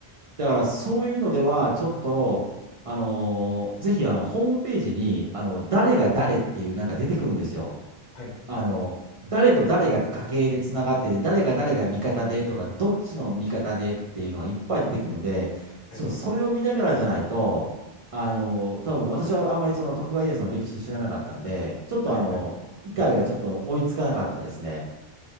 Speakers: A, on the right (about 45°); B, on the left (about 50°).
A: だからそういうのでは、ちょっと、あのーぜひあの、ホームページに、あの、誰が誰っていうなんか出てくるんですよ。
B: はい、
A: あの、誰と誰が家系でつながってて、誰が誰が味方でとか、どっちの味方でっていうのがいっぱい出てくるんで、
B: はい、
A: そう、それを見ながらじゃないと、あの、多分私はあんまりその徳川家康の歴史知らなかったんで、ちょっとあの、
B: はい、はい。
A: 理解がちょっと追いつかなかったですね。